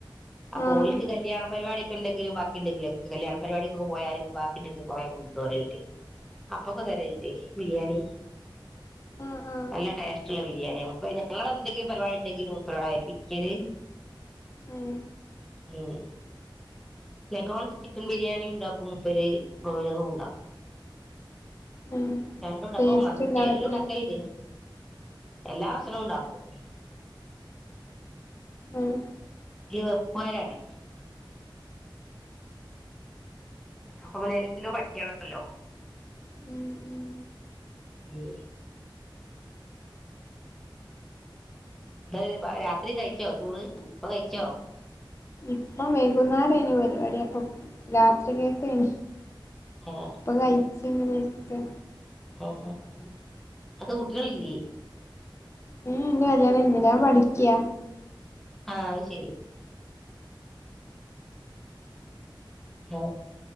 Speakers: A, in the centre; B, on the left.
A: അപ്പൊ
B: ആഹ്
A: ഓൽക്ക് കല്യാണ പരിവാടി ല്ലേങ്കിലും ബാക്കി ഇണ്ടെങ്കിലും കല്യാണ പരിവാടികൊക്കെ പോയാല് ബാക്കി ഇണ്ടെങ്കി കോറെ കൊണ്ട് വരല്ണ്ട് അപ്പൊക്ക തരൽണ്ട് ബിരിയാണി
B: ഉം. ആഹ് ആഹ്
A: നല്ല ടേസ്റ്റ് ഇള്ള ബിരിയാണിയാ മൂപ്പര് ഞങ്ങളെന്തങ്കിം പരിവാടി ഇണ്ടെങ്കി മൂപ്പരോടാ ഏൽപ്പിക്ക്യല്
B: ഉം
A: ഉം ലഗോൺ ചിക്കൻ ബിരിയാണി ഇണ്ടാക്കും മുപ്പര് ബ്രോയിലറും ഉണ്ടാ
B: ഉം
A: രണ്ടും ഇണ്ടാക്കും
B: ടേസ്റ്റ്
A: മന്തി
B: ഇണ്ടാവതില്ലേ
A: എല്ലു ഇണ്ടാക്കല് ഇണ്ട് എല്ലാ ഭക്ഷണവും ഇണ്ടാക്കും
B: ഉം
A: ഇ വെപ്പുകാരാണ് അപ്പ നമ്മള് എല്ലും പഠിക്ക്യണല്ലോ
B: ഉം ഉം
A: ഈ പ്പ് രാത്രി കഴിച്ചോ ചോറ് ഇപ്പ കഴിച്ചോ
B: ഇപ്പം വൈകുന്നാരെനി പരിവാടി അപ്പം. രാത്രികെക്കെൻ
A: ഉം
B: ഇപ്പ കഴിച്ചി ഇങ്ങനെ ഇരിക്ക
A: ഉം ഉം അപ്പ കുട്ടികൾല്ല്യെ
B: ഉം ഉം ഇന്റെ കല്യാണം കഴിഞീല്ല ഞാൻ പഠിക്ക്യാ
A: ആ അത് ശെരി <unintelligible>